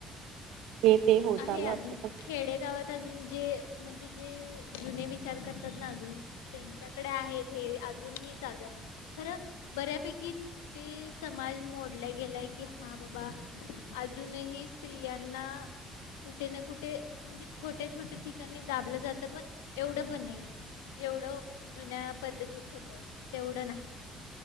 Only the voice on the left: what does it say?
आहे
अजून
खेडेगावात अजून जे म्हणजे जे जुने विचार करतात ना अजून त्यांच्याकडे आहेत हे अजून ही चालू आहे खर बऱ्यापैकी ते समाज मोडला गेलाय कि हा बाबा अजूनही स्त्रियांना कुठे ना कुठे म्हणजे छोट्या-छोट्या ठिकाणी दाबलं जातं पण एवढं पण नाही जेवढं जुन्या पद्धतीत होत तेवढ नाही.